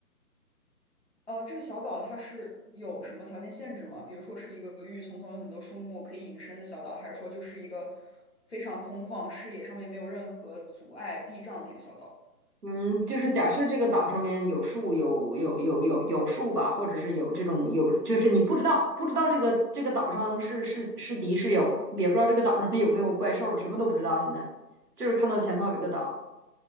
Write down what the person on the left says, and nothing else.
呃，这个小岛它是有什么条件限制吗？比如说是一个郁郁葱葱、有很多树木可以隐身的小岛，还是说就是一个非常空旷、视野上面没有任何阻碍、避障的一个小岛？